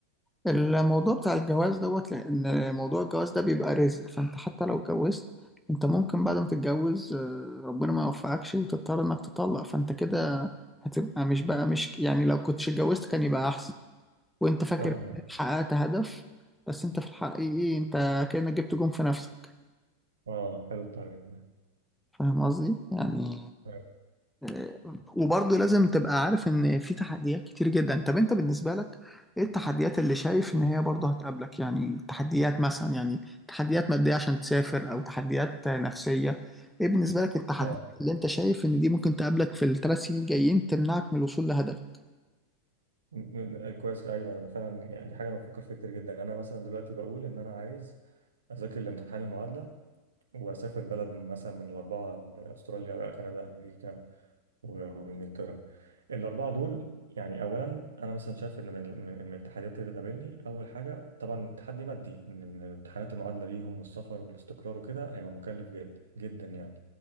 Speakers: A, in the centre; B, on the right (about 70°).
A: الموضوع بتاع الجواز دوت لان موضوع الجواز ده بيبقى رزق فانت حتى لو اتجوزت انت ممكن بعد ما تتجوز آه، ربنا ما يوفقكش وتضطر انك تطلق فانت كده هتبقى مش بقى مش يعني لو كنتش اتجوزت كان يبقى احسن وانت فاكر
B: فاهمك
A: إنك حققت هدف بس انت في الحقيقة انت كأنك جبت جون في نفسك
B: اه حلو التعبير ده
A: فاهم قصدي يعني
B: اه
A: آه، وبرضه لازم تبقى عارف ان في تحديات كتير جدا طب انت بالنسبة لك ايه التحديات اللي شايف ان هي برضه هتقابلك يعني تحديات مثلا يعني تحديات مادية عشان تسافر او تحديات نفسية ايه بالنسبة لك التحديات
B: آه.
A: اللي انت شايف ان دي ممكن تقابلك في الثلاث سنين الجايين تمنعك من الوصول لهدفك
B: م- م- آه، كويس ايوه انا فعلا يعني دي حاجه انا بفكر فيها كتير جدا انا مثلا دلوقتي بقول ان انا عايز اذاكر الامتحان المعادله واسافر بلد مثلا من الاربعه استراليا كندا امريكا و- وانجلترا الاربعه دول يعني اولا انا مثلا شايف ان من من من التحديات اللي بتقابلني اول حاجه طبعا تحدي مادي ان إن امتحانات المعادله ليهم والسفر والاستقرار وكده هيبقى مكلف جدا جدا يعني